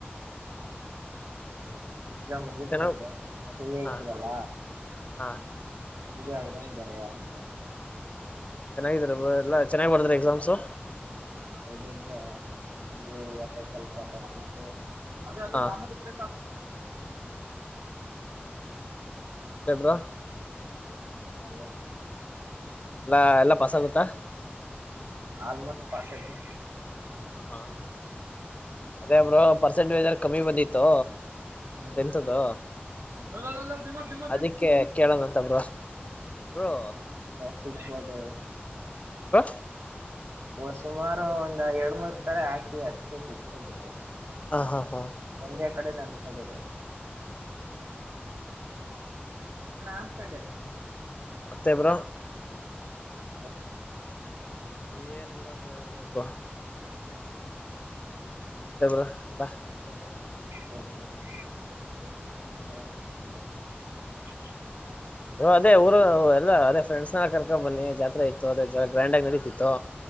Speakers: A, on the right (about 85°); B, on the left (about 35°).
A: ಎಕ್ಸಾಮ್ ಮುಗಿಸಿಕೊಂಡು
B: ಚೆನ್ನಾಗ್
A: ಫ್ರೀ ಆಯಿತಿವಲ್ಲ
B: ಹಾ ಹಾ
A: ಹಂಗೆ ಆದ್ರನ್ ಬರುವ ಅಂತ
B: ಚೆನ್ನಾಗಿದಾರ ಎಲ್ಲಾ ಚೆನ್ನ್ ಬಾರದ್ರ ಎಕ್ಸಾಮ್ಸು
A: ಹೌದು ಈಗ ನಮಲಿವತ್ತ ಸ್ವಲ್ಪ ಟಫ್ ಇತ್ತು ಅದೇ ಅದು
B: ಹಾ
A: ಮಾಮೂಲಿ ಇದ್ರೆ ಸಾಕು
B: ಮತ್ತೆ ಬ್ರೋ
A: ಹೇಳ್ಬೇಕ್ ಬ್ರೋ
B: ಎಲ್ಲಾ ಎಲ್ಲ ಪಾಸ್ ಆಗುತ್ತಾ
A: ಆಲ್ಮೋಸ್ಟ್ ಪಾಸ್ ಬ್ರೋ
B: ಹ ಹಾ ಅದೇ ಬ್ರೋ ಪರ್ಸೆಂಟೇಜಲ್ ಕಮ್ಮಿ ಬಂದಿತ್ತು
A: ಹ್ಮ್
B: ಟೆಂತ್ದ್
A: ಹ್ಮ್ ಲೋ, ಲೋ, ಲೋ, ಲೋ, ಭೀಮ ಭೀಮ
B: ಅದಿಕ್ಕೆ ಕೇಳನಂತ ಬ್ರೋ ಬ್ರೋ
A: ಸಿಗಬಹುದು
B: ಬ್ರೋ
A: ಒ ಸುಮಾರು ಒಂದ ಎರಡ್ ಮೂರ್ ತಡೆ ಹಾಕಿವ್ ಅಷ್ಟೇ ಸಿಗ್ತತೆ
B: ಹ ಹಾ ಹಾ
A: ಒಂದೆ ಕಡೆ
B: ಹ
A: ಅನ್ಕೊಂಡೆ
B: ಹ ಮತ್ತೆ ಬ್ರೋ
A: <unintelligible>
B: ಏನಿಲ್ಲಬ್ರೋ ಹೇಳ್ಬೇಕು
A: ಹೂ
B: ಮತ್ತೆಬ್ರೋ ಎಲ್ಲ ಚನ್ನಾಗಿದಿರ
A: ಹ
B: ಹ ಅದೇ ಊರು ಎಲ್ಲ ಅದೇ ಫ್ರೆಂಡ್ಸ್ ನ ಕರ್ಕೊಂಡ ಬನ್ನಿ ಜಾತ್ರೆ ಇತ್ತು ಅದೇ ಗ್ರ್ಯಾಂಡ್ ಆಗಿ ನಡೀತಿತ್ತು